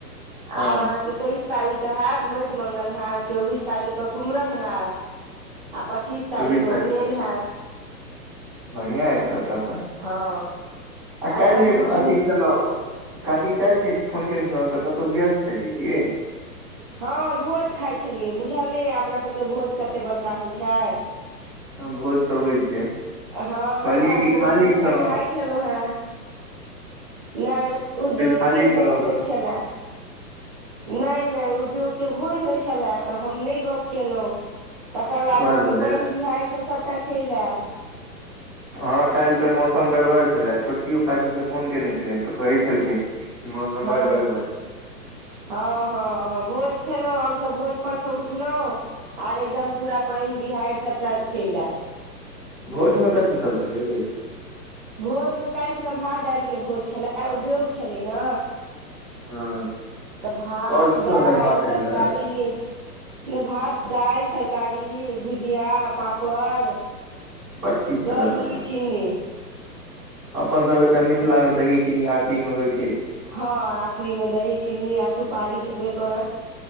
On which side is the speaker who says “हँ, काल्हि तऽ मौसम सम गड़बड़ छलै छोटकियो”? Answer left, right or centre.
Centre